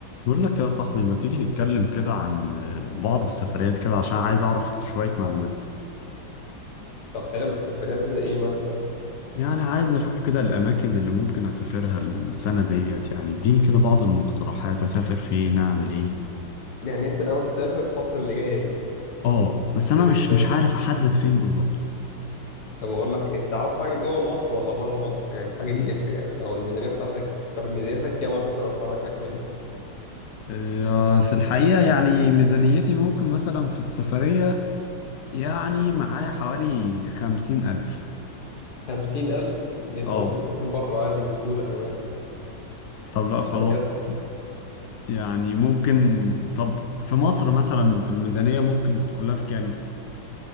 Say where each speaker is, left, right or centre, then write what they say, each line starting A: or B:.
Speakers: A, on the left; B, on the left.
A: بقول لك يا صاحبي ما تيجي نتكلم كده عن بعض السفريات كده عشان عايز أعرف شوية معلومات
B: طب حلو سفريات زي ايه مثلا
A: يعني عايز أشوف كده الأماكن اللي ممكن أسافرها السنة ديت يعني اديني كده بعض المقترحات أسافر فين أعمل إيه
B: يعني انت ناوي تسافر الفترة اللي جاية دي
A: آه بس
B: يعني
A: أنا مش
B: ماشي
A: مش عارف أحدد فين بالظبط
B: طب اقول لك انت عاوز حاجة جوه مصر ولا بره مصر يعني الحاجة
A: ل-
B: دي تفرق يعني لو الميزانية بتاعتك طب ميزانيتك كام انا ممكن ارشح لك حاجة حلوة
A: آه، في الحقيقة يعني ميزانيتي ممكن مثلا في السفرية يعني معايا حوالي خمسين ألف
B: خمسين ألف دي انت
A: آه
B: ممكن تسافر بره عادي بسهولة كمان
A: طب لا خلاص
B: ده بجد
A: يعني ممكن طب في مصر مثلا الميزانية ممكن تدخلها في كام؟